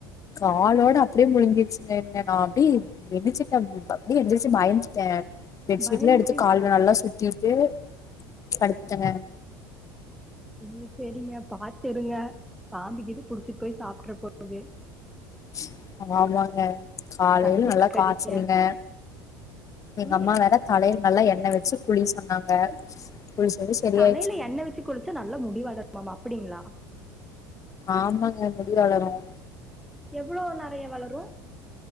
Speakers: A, on the left; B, in the centre.
A: காலோட அப்டியே முழுங்கிருச்சீங்க என் நான அப்டி எந்திரிச்சுட்டேன் அப்டியே எந்திரிச்சு பயந்துட்டேன் பெட்ஷீட்லாம்
B: பயந்துட்டீங்களா
A: எடுத்து கால்ல நல்லா சுத்திட்டு படுத்துட்டேன்
B: உம் செரிங்.. நீ பாத்துருங்க பாம்பு கீம்பு புடிச்சிட்டு போய் சாப்பட்டுற போகுது
A: ஸ் ஆமாங்க காலையில
B: தனியா
A: நல்லா
B: இருக்காதீங்க
A: காய்ச்சல்ங்க எங்க
B: ம்
A: அம்மா வேற தலையில நல்லா எண்ணெய் வச்சு குழி சொன்னாங்க குளிச்சது சரியாயிடுச்சுங்க
B: தலையில எண்ணய் வச்சு குளிச்சா நல்லா முடிவு வளருமாம்மா அப்டிங்களா <inaudible>
A: ஆமாங்க முடி வளரும்
B: எவ்வளவு நெறைய வளரும்